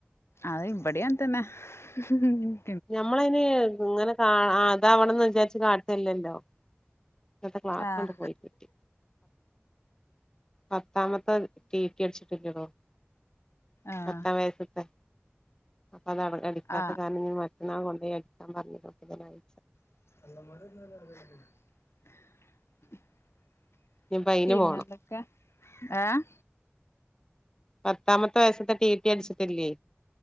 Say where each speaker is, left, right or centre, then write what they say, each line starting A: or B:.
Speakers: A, on the left; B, on the left.
A: അത് ഇവിടെ അങ്ങനെതേനെ
B: ഞമ്മളൈന് ഇങ്ങനെ കാ അതാവണന്ന് വിചാരിച്ച് കാട്ടല്ലല്ലോ ഇന്നത്തെ ക്ലാസാണ്ട്
A: ആഹ്
B: പോയി കിട്ടി പത്താമത്തെ ടീറ്റി അടിച്ചിട്ടില്ലടോ
A: ആഹ്
B: പത്താം വയസ്സത്തെ അപ്പത് അടിക്കാത്ത
A: ആഹ്
B: കാരണം ഇനി മറ്റന്നാൾ കൊണ്ടോയി അടിക്കാൻ പറഞ്ഞുതായി
A: <unintelligible>
B: ഇനിപ്പ അയിന്
A: പിന്നെ
B: പോണം
A: എന്തൊക്കെ ഏഹ്
B: പത്താമത്ത വയസത്തെ ടി ടി അടിച്ചട്ടില്ലേ